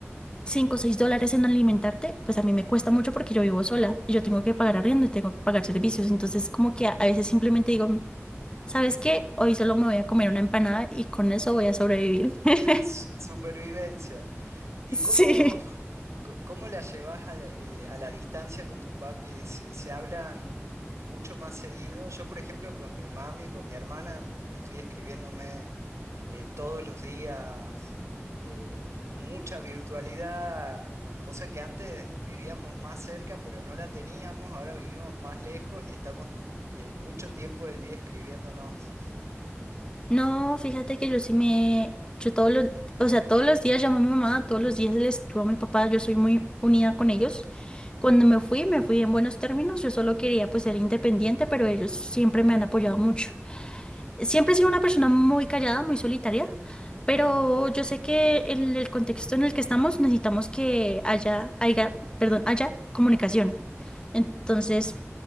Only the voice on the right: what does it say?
<laughs> Su- Supervivencia. ¿Y
cómo, co- cómo la llevas a la, eh, a la distancia con tus papis? ¿Se, se hablan mucho más seguido? Yo, por ejemplo, con mi mami, con mi hermana, m- estoy escribiéndome. eh, todos los días, eh, mucha virtualidad, cosa que antes vivíamos más cerca, pero no la teníamos, ahora vivimos más lejos y estamos eh, mucho tiempo del día escribiéndonos.